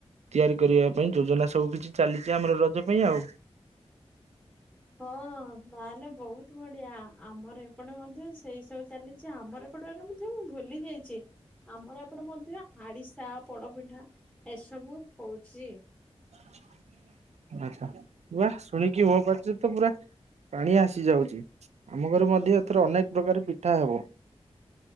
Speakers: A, on the right (about 80°); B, in the centre.
A: ତିଆରି କରିବା ପାଇଁ ଯୋଜନା ସବୁ କିଛି ଚାଲିଚି ଆମର ରଜ ପାଇଁ ଆଉ।
B: ହଁ ତାହେଲେ ବହୁତ ବଢିଆ ଆମର ଏପଟେ ମଧ୍ୟ ସେଇ ସବୁ ଚାଲି ଯେ ଆମର ଏପଟେ ରେ ମଧ୍ୟ ମୁ ଭୁଲି ଯାଇଛି ଆମର ଏପଟ ମଧ୍ୟ ଆଡିଶା ପୋଡପିଠା ଏସବୁ ହଉଛି
A: <inaudible> ଆଛା ୱା ଶୁଣିକି ମୋ ପାଟିରୁ ତ ପୁରା ପାଣି ଆସି ଯାଉଚି ଆମ ଘରେ ମଧ୍ୟ ଏଥର ଅନେକ ପ୍ରକାର ପିଠା ହେବ।